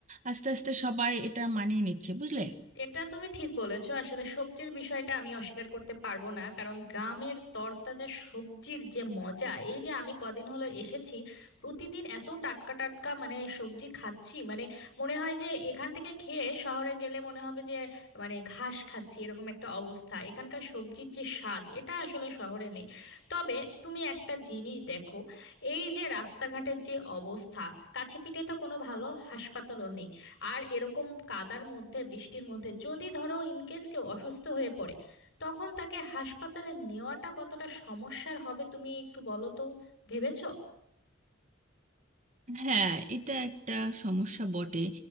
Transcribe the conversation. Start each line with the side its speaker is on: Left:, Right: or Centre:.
Right: আস্তে আস্তে সবাই এটা মানিয়ে নিচ্ছে বুঝলে
Left: এটা তুমি ঠিক বলেছো আসলে সবজির বিষয়টা আমি অস্বীকার করতে পারবো না কারণ গ্রামের তরতাজা সবজির যে মজা এই যে আমি কদিন হলো এসেছি প্রতিদিন এত টাটকা টাটকা মানে সবজি খাচ্ছি মানে মনে হয় যে এখান থেকে খেয়ে শহরে গেলে মনে হবে যে মানে ঘাস খাচ্ছি এরকম একটা অবস্থা এখানকার সবজির যে স্বাদ এটা আসলে শহরে নেই তবে তুমি একটা জিনিস দেখো এই যে রাস্তাঘাটের যে অবস্থা কাছে পিঠে তো কোনো ভালো হাসপাতালও নেই আর এরকম কাদার মধ্যে বৃষ্টির মধ্যে যদি ধরো ইনকেস কেউ অসুস্থ হয়ে পড়ে তখন তাকে হাসপাতালে নেওয়াটা কতটা সমস্যার হবে তুমি একটু বলো তো ভেবেছো
Right: হ্যাঁ এটা একটা সমস্যা বটে